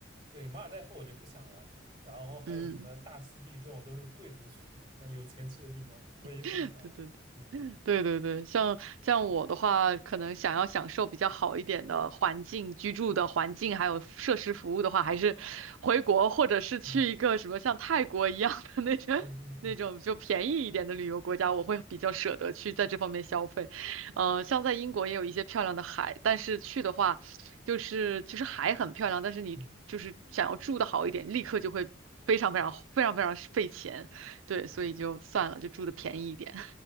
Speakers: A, on the right (about 25°); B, on the right (about 85°).
A: 对，马尔代夫我就不想了。然后还有什么大溪地这种都是贵族去的地方，
B: 嗯，
A: <laughs> 有钱去的地方，我也就更不想了。
B: <laughs> 对对对
A: 嗯
B: 对对对，像像我的话，可能想要享受比较好一点的环境、居住的环境，还有设施服务的话，还是回国或者是去一个什么像泰国一样的那种
A: 嗯嗯嗯嗯嗯
B: <laughs> 那种就便宜一点的旅游国家，我会比较舍得去在这方面消费。呃，像在英国也有一些漂亮的海，但是去的话，就是就是海很漂亮，但是你就是想要住的好一点，
A: 嗯，
B: 立刻就会非常非常非常非常费钱，对，
A: 对。
B: 所以就算了，就住的便宜一点。